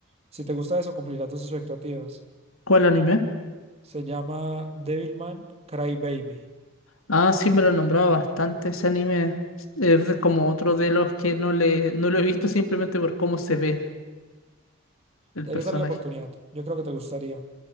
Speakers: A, on the right; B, on the left.
A: si te gusta eso cumplirá tus expectativas.
B: ¿Cuál anime?
A: Se llama Devilman Crybaby.
B: Ah, sí, me lo nombraba bastante ese anime. Es de- como otro de los que no le, no lo he visto simplemente por cómo se ve el
A: Deberías
B: personaje.
A: darle la oportunidad, yo creo que te gustaría.